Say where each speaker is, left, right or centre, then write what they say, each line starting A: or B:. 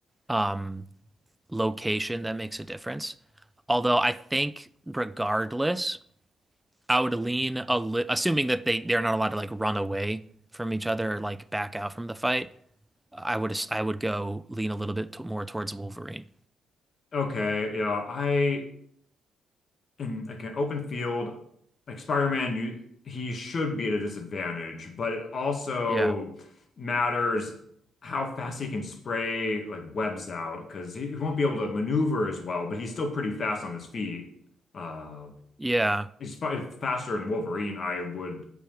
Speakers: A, in the centre; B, on the left.
A: um location that makes a difference. Although I think regardless, I would lean a li assuming that they they're not allowed to like run away from each other or like back out from the fight. I would I would go lean a little bit t more towards Wolverine.
B: Okay, yeah, I in like an open field, like Spider-Man, you he should be at a disadvantage, but it also
A: Yeah.
B: matters how fast he can spray like webs out because he won't be able to maneuver as well, but he's still pretty fast on his feet. Uh,
A: Yeah.
B: he's probably faster than Wolverine. I would,